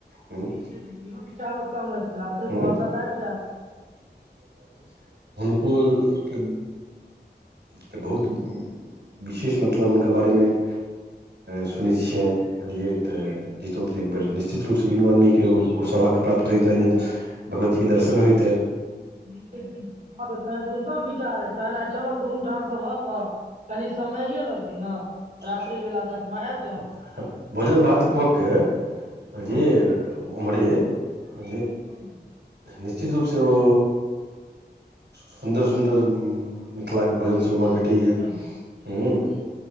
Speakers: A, on the right (about 70°); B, on the right (about 40°).
A: ह
B: ठीक छै त इहो बिचारू उत्तम अई रात्रि
A: ह
B: पहरतक आबि जायब
A: कूल के त बहुत विशेष मतलब बारेमे- सुनैत छियनि बुझलियै तऽ जतहुँ तऽ एक बेर निश्चित रूपसँ दुनू आदमीके ओ सौभाग्य प्राप्त होइत जे भगवतीके दर्शन होइते।
B: निश्चित- निश्चित हँ तऽ तहन तऽ उत्तम विचार अछि तहन आ चलब दुनू ठामसँ भ। कनी समये लगतै ने। <unintelligible>
A: <unintelligible>
B: रात्रि बेला तक मे आबि जायब
A: भोजन भात कऽ के
B: हँ
A: जे। <unintelligible> ओरे। <unintelligible> <unintelligible> ज।
B: हँ हँ
A: निश्चित रूप से <unintelligible> ओ सुन्दर- सुन्दर। मिथिलाके
B: सुन्दर
A: भोजन
B: सुन्दर
A: सबहर भेटैया
B: एकदम छैहे
A: ह। <unintelligible>
B: कि